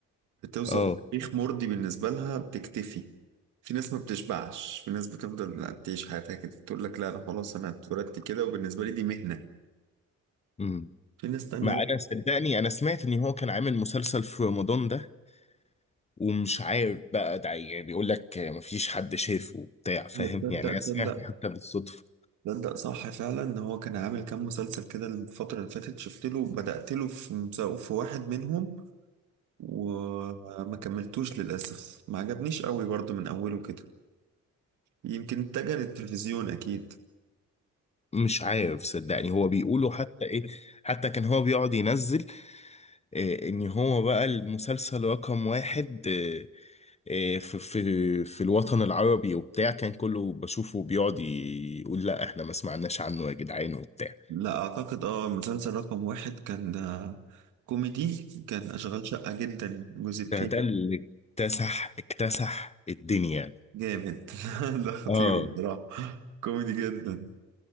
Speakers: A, on the right; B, on the left.
A: بتوصل
B: اه
A: تاريخ مرضي بالنسبة لها بتكتفي في ناس ما بتشبعش في ناس بتفضل لا تعيش حياتها كده تقول لك لا أنا خلاص أنا اتولدت كده وبالنسبة لي دي مهنة
B: امم
A: في ناس تانية
B: ما انا صدقني انا سمعت ان هو كان عامل مسلسل في رمضان ده ومش عارف بقى ده يعني بيقول لك مفيش حد شافه وبتاع فاهم
A: لا تصدق
B: يعني انا
A: تصدق
B: سمعت حتى بالصدفة
A: تصدق صح فعلا إن هو كان عامل كام مسلسل كده الفترة اللي فاتت شفت له بدأت له في مسا- في واحد منهم وما كملتوش للأسف ما عجبنيش قوي برضو من أوله كده يمكن اتجه للتلفزيون أكيد
B: مش عارف صدقني هو بيقولوا حتى ايه حتى كان هو بيقعد ينزل آه، ان هو بقى المسلسل رقم واحد آه، آه، في في في الوطن العربي وبتاع كان كله بشوفه بيقعد يقول لا احنا ما سمعناش عنه يا جدعان وبتاع
A: لا اعتقد اه مسلسل رقم واحد كان آه، كوميدي كان اشغال شقة جدا الجزء التاني
B: ده ده اللي اكتسح اكتسح الدنيا
A: جامد <laughs> ده خطير
B: اه
A: بصراحة كوميدي جدا